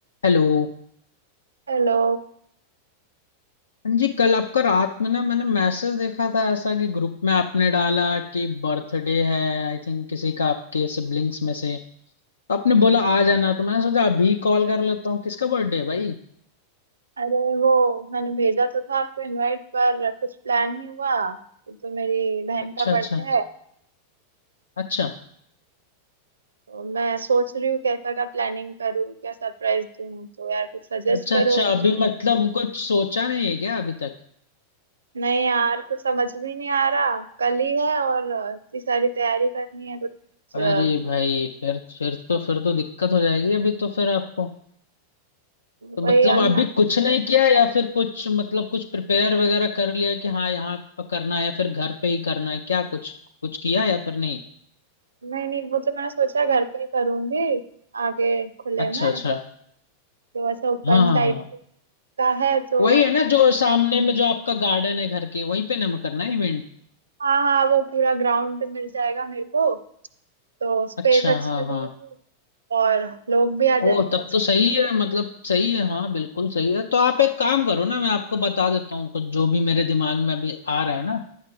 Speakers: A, on the left (about 70°); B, on the right (about 75°).
A: Hello
B: Hello
A: हाँ जी कल आपका रात में ना मैंने मैसेज देखा था ऐसा कि ग्रुप में आपने डाला कि बर्थडे है आई थिंक किसी का आपके सिबलिंग्स में से तो आपने बोला आ जाना तो मैंने सोचा अभी कॉल कर लेता हूँ किसका बर्थडे है भाई
B: अरे वो मैंने भेजा तो था आपको इनवाइट पर कुछ प्लान नहीं हुआ ये तो मेरी बहन
A: अच्छा
B: का बर्थडे
A: अच्छा
B: है
A: अच्छा
B: तो मैं सोच रही हूँ कैसा का प्लानिंग करूँ क्या सरप्राइज दूँ तो यार कुछ सजेस्ट
A: अच्छा
B: करो
A: अच्छा अभी मतलब कुछ सोचा नहीं है क्या अभी तक
B: नहीं यार कुछ समझ भी नहीं आ रहा कल ही है और इतनी सारी तैयारी करनी है कुछ
A: अरे
B: अ,
A: भाई फिर फिर तो फिर तो दिक्कत हो जाएगी अभी तो फिर आपको तो
B: वही
A: मतलब
B: हम
A: अभी कुछ नहीं किया या फिर कुछ मतलब कुछ प्रिपेयर वगैरह कर लिया कि हाँ यहाँ करना है या फिर घर पे ही करना है क्या कुछ कुछ किया या फिर नहीं
B: नहीं नहीं वो तो मैंने सोचा घर पे ही करूँगी आगे खुले
A: अच्छा
B: में
A: अच्छा
B: तो ऐसा ओपन
A: हाँ हाँ
B: टाइप
A: हाँ
B: का है तो
A: वही है ना जो सामने में जो आपका गार्डन है घर के वहीं पे ना करना है इवेंट
B: हाँ हाँ वो पूरा ग्राउंड मिल जाएगा मेरे को तो स्पेस
A: अच्छा
B: अच्छी
A: हाँ
B: हो जाएगी
A: हाँ
B: और लोग भी आ जाएंगे
A: ओ तब
B: अच्छे
A: तो सही है मतलब सही है हाँ बिल्कुल सही है तो आप एक काम करो ना मैं आपको बता देता हूँ कुछ जो भी मेरे दिमाग में अभी आ रहा है ना